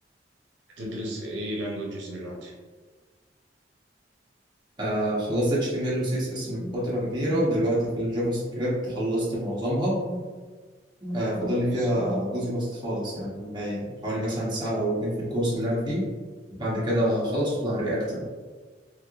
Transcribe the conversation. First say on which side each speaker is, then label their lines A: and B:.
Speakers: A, on the right; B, on the right.
A: بتدرس إيه لانجوجز دلوقتي؟
B: آه خلصت HTML و CSS من فترة كبيرة ودلوقتي في الجافا سكريبت خلصت معظمها آه فاضل
A: كويس
B: لي فيها جزء بسيط خالص يعني ما- حوالي مثلا ساعة أو اتنين في الكورس اللي أنا فيه بعد كده خلصت على الرياكت بقى